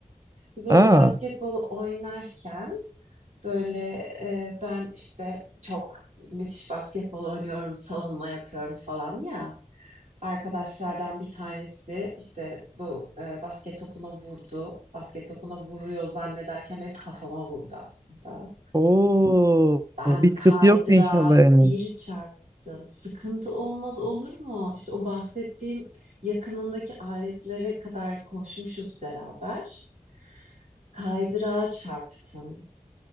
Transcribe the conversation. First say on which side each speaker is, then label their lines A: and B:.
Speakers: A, on the right (about 60°); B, on the right (about 25°).
A: Biz orada
B: Aa.
A: basketbolu oynarken böyle e, ben işte çok müthiş basketbol oynuyorum, savunma yapıyorum falan ya arkadaşlardan bir tanesi işte bu e, basket topuna vurdu. Basket topuna vuruyor zannederken hep <laughs> kafama vurdu aslında.
B: Oo.
A: Ben
B: Bir
A: kaydıra
B: sıkıntı yoktu inşallah yani.
A: bir çarptım. Sıkıntı olmaz olur mu? İşte o bahsettiğim yakınındaki aletlere kadar koşmuşuz beraber. Kaydıra çarptım.